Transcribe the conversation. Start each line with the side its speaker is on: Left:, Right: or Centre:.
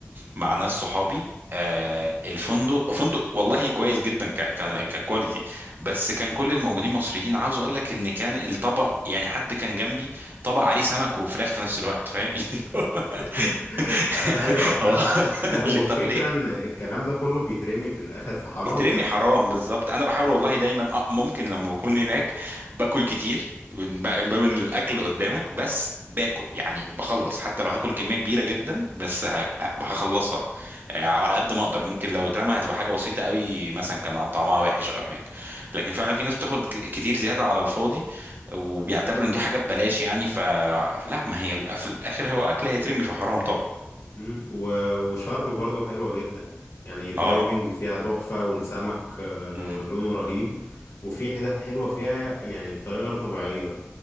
Right: مع ناس صحابي آه الفندق فندق والله كويس جدا ك كان ككواليتي بس كان كل الموجودين مصريين عاوز اقول لك ان كان الطبق يعني حد كان جنبي طبق عليه سمك وفراخ في نفس الوقت فاهم <laughs>
Left: <laughs>
Right: <laughs>
Left: ايوه فعلا
Right: هو <laughs>
Left: لا والفكرة
Right: اللي طب ليه
Left: ان الكلام ده كله بيترمي في الآخر في حرام
Right: بيترمي حرام بالظبط انا بحاول والله دايما أه ممكن لما بكون هناك باكل كتير من باب من باب إن الاكل قدامك بس باكل يعني بخلص حتى لو هاكل كميه كبيره جدا بس ه- هخلصها آه، على قد ما اقدر ممكن لو اترمى هتبقى حاجه بسيطه قوي مثلا كان طعمها وحش او حاجه لكن فعلا في ناس بتاخد ك- كتير زياده على الفاضي وبيعتبروا ان دي حاجه ببلاش يعني فلا ما هي ال- في الاخر هو اكل هيترمي فحرام طبعا
Left: مم. و- وشرم برضو حلوة جدا يعني الدايفنج
Right: اه
Left: فيها تحفة والسمك آه،
Right: مم.
Left: لونه رهيب وفي حتت حلوة فيها يعني بطريقة غير طبيعية